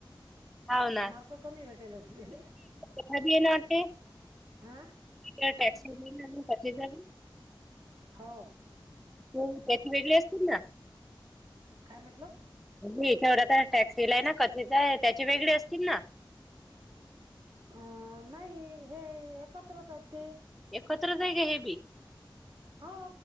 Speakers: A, in the centre; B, on the right.
A: हो ना
B: मार्क कमी भेटेल हो तेल.
A: <unintelligible>
B: हां हो.
A: तर त्याची वेगळे असतील ना?
B: काय म्हटलं?
A: <unintelligible> त्याच्यावर टॅक्स लिहिलंय ना कथेच त्याचे वेगळे असतील ना?
B: अ नाही हे एकत्रच आहेत ते.
A: एकत्रच हाय काय हे बी?
B: हो,